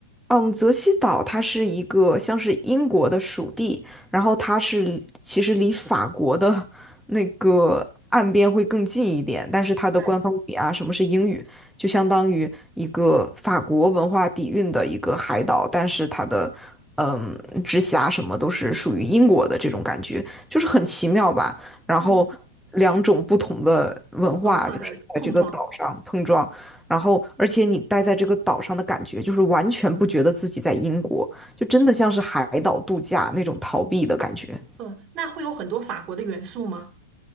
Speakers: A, in the centre; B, on the right (about 35°).
A: 嗯，泽西岛它是一个像是英国的属地，然后它是其实离法国的那个岸边会更近一点，但是它的官方语啊，
B: 明白，
A: 什么是英语，就相当于一个法国文化底蕴的一个海岛，但是它的嗯直辖什么都是属于英国的这种感觉，就是很奇妙吧。然后两种不同的文化就是在这个岛上碰撞，
B: 嗯。文化的碰撞。
A: 然后，而且你待在这个岛上的感觉，就是完全不觉得自己在英国，就真的像是海岛度假那种逃避的感觉。
B: 嗯，那会有很多法国的元素吗？